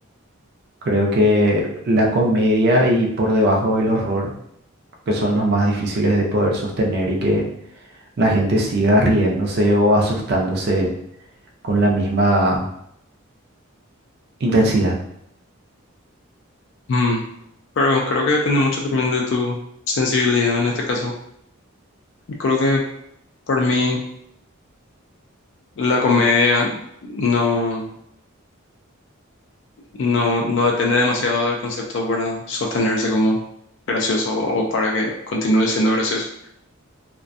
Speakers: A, on the right (about 50°); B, on the left (about 60°).
A: Creo que la comedia y por debajo el horror, que son los más difíciles de poder sostener y que la gente siga riéndose o asustándose con la misma intensidad.
B: Mm, Pero creo que depende mucho también de tu sensibilidad en este caso. Creo que por mí la comedia no, no, no depende demasiado del concepto para sostenerse como gracioso o para que continúe siendo gracioso.